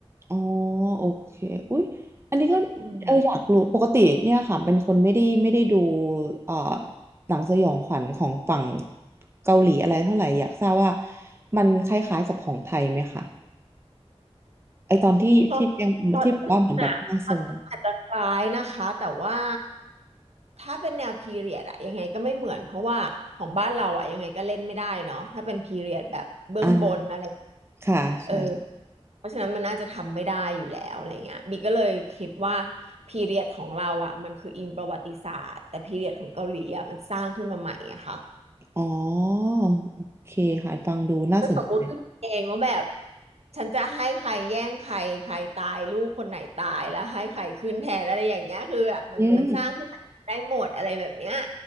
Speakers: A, on the right; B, on the right.
A: อ๋อโอเคอุ๊ยอันนี้ก็
B: อืม
A: เอออยากรู้ปกติเนี่ยค่ะเป็นคนไม่ได้ไม่ได้ดูเอ่อหนังสยองขวัญของฝั่งเกาหลีอะไรเท่าไหร่อยากทราบว่ามันคล้ายๆกับของไทยไหมคะไอตอนที่ที่ยังที่บอกว่าเหมือนแบบร่างทรง
B: เพราะเพราะอ่องอะอาจจะคล้ายนะคะ แต่ว่าถ้าเป็นแนวพีเรียดอะยังไงก็ไม่เหมือนเพราะว่าของบ้านเราอะยังไงก็เล่นไม่ได้เนาะถ้าเป็นพีเรียดแบบเบื้องบนอะไร
A: อ่าค่ะใช่
B: เออเพราะฉะนั้นมันน่าจะทำไม่ได้อยู่แล้วอะไรเงี้ยบีก็เลยคิดว่าพีเรียดของเราอะมันคืออิงประวัติศาสตร์แต่พีเรียดของเกาหลีอะมันสร้างขึ้นมาใหม่อะค่ะ
A: อ๋อโอเคค่ะฟังดูน่าสนใจ
B: ถ้าสมมุติขึ้นมาเองว่าแบบฉันจะให้ใครแย่งใครใครตายลูกคนไหนตายแล้วให้ใครขึ้นแทนอะไรอย่างเงี้ยคือแบบมันมันสร้างขึ้นมาได้หมดอะไรแบบเนี้ย
A: อืม